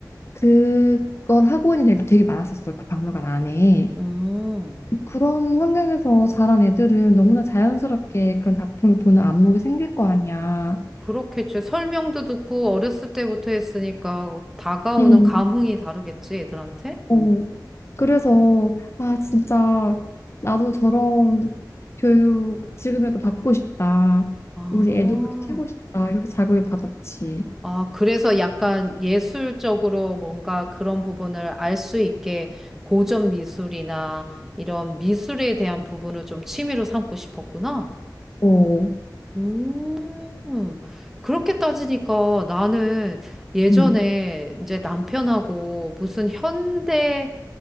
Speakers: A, on the left (about 35°); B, in the centre.
A: 그걸 하고 있는 애들 되게 많았었어. 그 박물관 안에.
B: 음,
A: 그런 환경에서 자란 애들은 너무나 자연스럽게 그런 작품을 보는 안목이 생길 거 아니야.
B: 그렇겠지. 설명도 듣고 어렸을 때부터 했으니까 다가오는
A: 음.
B: 감흥이 다르겠지, 애들한테?
A: 어, 그래서 아 진짜 나도 저런 교육 지금이라도 받고 싶다.
B: 아,
A: 우리 애도 그렇게 키우고 싶다. 이렇게 자극을 받았지.
B: 아, 그래서 약간 예술적으로 뭔가 그런 부분을 알 수 있게 고전 미술이나 이런 미술에 대한 부분을 좀 취미로 삼고 싶었구나.
A: 어,
B: 음, 그렇게 따지니까 나는 예전에
A: 음,
B: 이제 남편하고 무슨 현대,